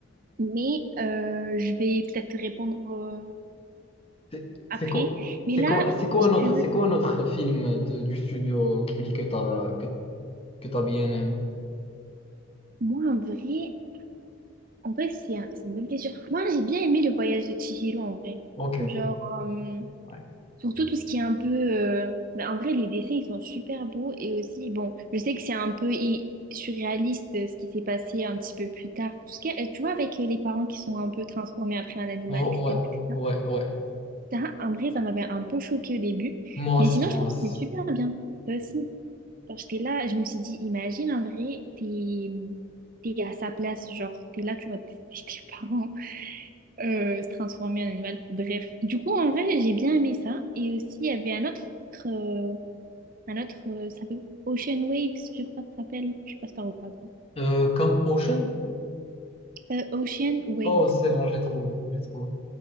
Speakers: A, on the right; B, on the left.
A: Mais euh, je vais peut-être te répondre euh,
B: C'est c'est
A: après.
B: quoi,
A: Mais
B: c'est
A: là,
B: quoi, c'est quoi
A: si
B: un autre,
A: tu veux,
B: c'est quoi un autre film de- du studio Ghibli que t'as, que, que t'as bien aimé?
A: moi, en vrai, en vrai, c'est un- c'est une bonne question. Moi, j'ai bien aimé le voyage de Chihiro, en vrai.
B: Ok.
A: Genre... euh,
B: Ouais.
A: Surtout tout ce qui est un peu... euh, bah, en vrai, les dessins, ils sont super beaux. Et aussi, bon, je sais que c'est un peu i- surréaliste euh, ce qui s'est passé un petit peu plus tard. Tout ce qui est- euh, tu vois, avec euh, les parents qui sont un peu transformés après un animal,
B: Oh,
A: etc.
B: ouais,
A: etc.
B: ouais, ouais.
A: Ça, en vrai, ça m'avait un peu choqué au début.
B: Moi
A: Mais
B: aussi,
A: sinon,
B: moi
A: je trouve
B: aussi.
A: que c'était super bien. Ça aussi. Genre, j'étais là, je me suis dit, imagine, en vrai, t'es, t'es à sa place. Genre, t'es là, tu vois, tes <laughs> tes parents euh, se transformer en animal. Bref, du coup, en vrai, j'ai bien aimé ça. Et aussi, il y avait un autre, euh, un autre, euh, ça s'appelle Ocean Waves, je crois que ça s'appelle. Je sais pas si t'as regardé.
B: Euh, comme Ocean?
A: Euh, Ocean Waves,
B: Oh, c'est bon, j'ai trouvé, j'ai trouvé.